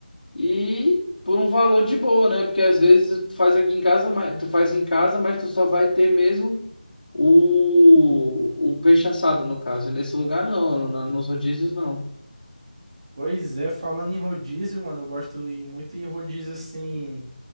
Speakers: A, on the left; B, on the right.
A: e por um valor de boa, né? Porque às vezes tu faz aqui em casa, mas tu faz em casa, mas tu só vai ter mesmo o, o peixe assado no caso. E nesse lugar não, na- nos rodízios não.
B: Pois é, falando em rodízio, mano, eu gosto e muito em rodízio, assim,